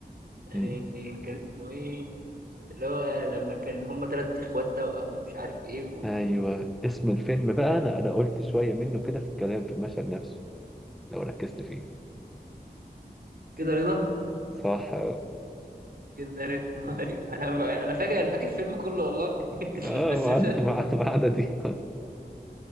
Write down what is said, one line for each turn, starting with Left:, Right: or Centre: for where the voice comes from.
Right: يعني
Centre: مم.
Right: كان اسمه ايه اللي هو لما كان هما تلات اخوات توأم ومش عارف ايه و...
Centre: ايوه اسم الفيلم بقى
Right: <laughs>
Centre: انا انا قلت شويه منه كده في الكلام في المشهد نفسه لو ركزت فيه
Right: كده رضا
Centre: صح اه
Right: كده رضا <laughs> أيوة. انا انا فاكر انا فاكر الفيلم كله والله <laughs>
Centre: آه،
Right: بس
Centre: وعدنا
Right: مش انت
Centre: مع مع عددي